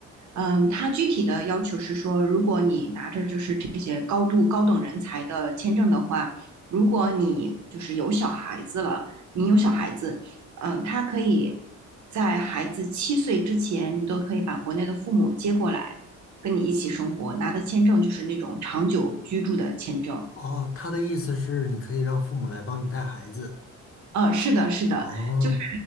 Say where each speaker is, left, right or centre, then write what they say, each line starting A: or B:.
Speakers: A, on the right; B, on the left.
A: 嗯，他具体的要求是说，如果你拿着就是这些高度高等人才的签证的话，如果你就是有小孩子了，你有小孩子。嗯，他可以在孩子七岁之前，你都可以把国内的父母接过来，跟你一起生活，拿的签证就是那种长久居住的签证。
B: 哦，他的意思是你可以让父母来帮你带孩子。
A: 呃，是的，是的，
B: 哦，
A: 就是